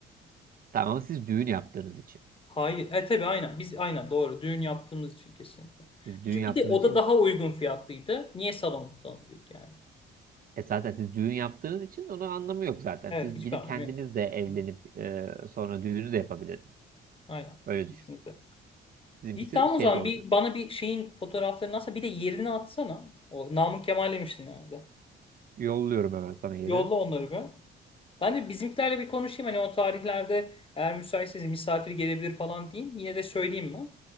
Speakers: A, on the right (about 45°); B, on the left (about 25°).
A: Tamam ama siz düğün yaptığınız için.
B: Hayır. E tabii aynen. Biz aynen doğru. Düğün yaptığımız için kesinlikle.
A: Siz
B: Bir
A: düğün yaptığınız
B: de oda
A: için
B: daha uygun fiyatlıydı. Niye salon tutalım dedik yani.
A: E zaten siz düğün yaptığınız için onun anlamı yok zaten.
B: Evet
A: Siz
B: hiçbir
A: gidip
B: anlamı
A: kendiniz
B: yok.
A: de evlenip
B: Evet,
A: e, sonra düğünü de yapabilirdiniz.
B: Aynen.
A: Öyle düşün.
B: Kesinlikle.
A: Bizimkisi
B: İyi tamam
A: şeyde
B: o zaman
A: olacak.
B: bir bana bir şeyin fotoğraflarını atsana. Bir de yerini atsana. O Namık Kemal demiştin yani.
A: Yolluyorum hemen sana yeri.
B: Yolla onları bir. Ben de bizimkilerle bir konuşayım. Hani o tarihlerde eğer müsaitseniz misafir gelebilir falan diyeyim. Yine de söyleyeyim ben.